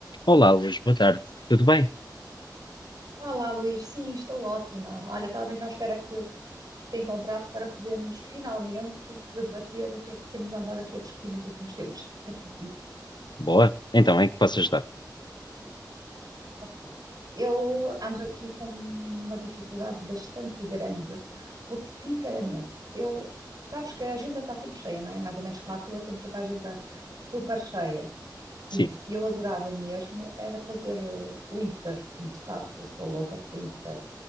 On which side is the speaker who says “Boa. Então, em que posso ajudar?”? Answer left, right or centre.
Left